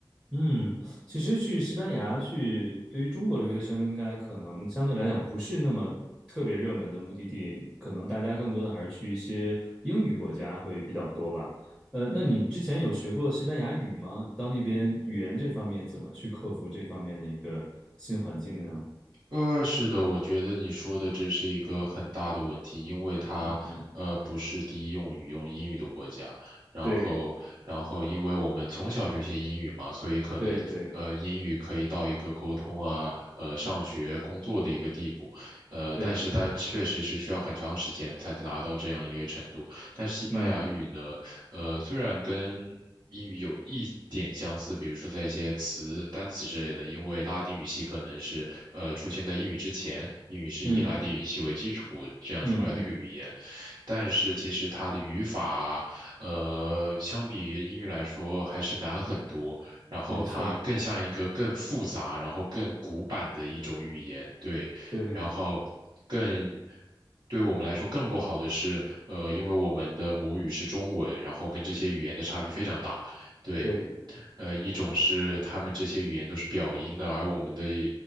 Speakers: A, in the centre; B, on the right.
A: 嗯，其实去西班牙去，对于中国留学生应该可能相对来讲不是那么特别热门的目的地，可能大家更多的还是去一些英语国家会比较多吧。呃，那你之前有学过西班牙语吗？你到那边语言这方面怎么去克服这方面的一个新环境呢？
B: 呃，是的，我觉得你说的这是一个很大的问题，因为它呃不是第一用语用英语的国家，
A: 嗯，
B: 然后然后因为我们从小就学英语嘛，
A: 对
B: 所以可能呃英语可以到一个沟通啊，
A: 对对
B: 呃上学工作的一个地步，呃，
A: 对，
B: 但是它确实是需要很长时间才达到这样一个程度。但是西班牙语呢，
A: 嗯
B: 呃虽然跟英语有一点相似，比如说在一些词、单词之类的，因为拉丁语系可能是呃出现在英语之前，英语是以拉丁语系为基础这样出来的一个语言，
A: 嗯嗯嗯，
B: 但是其实它的语法，呃，相比于英语来说还是难很多，然后它更像一个更复杂，
A: 没错，
B: 然后更古板的一种语言，对，
A: 对
B: 然后更。对我们来说更不好的是，呃，因为我们的母语是中文，然后跟这些语言的差距非常大。对，
A: 对，
B: 呃，一种是他们这些语言都是表音的，而我们的语